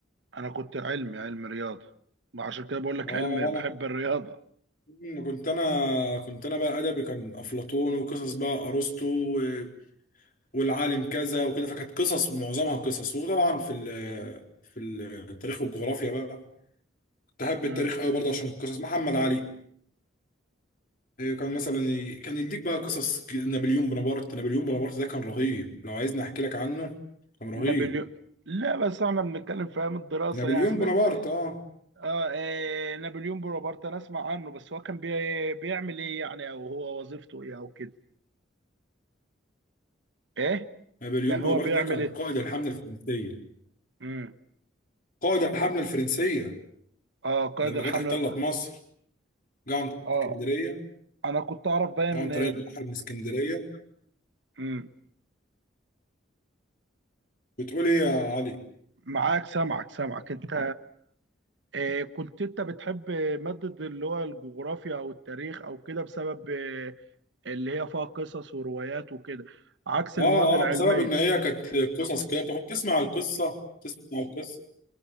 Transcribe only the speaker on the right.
انا كنت علمي علم رياضة ما عشان كده بقول لك
علم بحب الرياضة
امم
نابليون لا بس احنا بنتكلم في ايام الدراسة
يعني بس
اه إيه نابليون بونابرت انا اسمع عنه بس هو كان بي بيعمل ايه يعني او هو وظيفته ايه او كده ايه
كان هو
بيعمل
ايه
امم
اه قائد
الحملة
الف...
اه
انا كنت اعرف باين
امم
معاك سامعك سامعك انت إيه كنت انت بتحب مادة اللي هو الجغرافيا او التاريخ او كده بسبب آه، اللي هي فيها قصص وروايات وكده عكس
المواد العلمية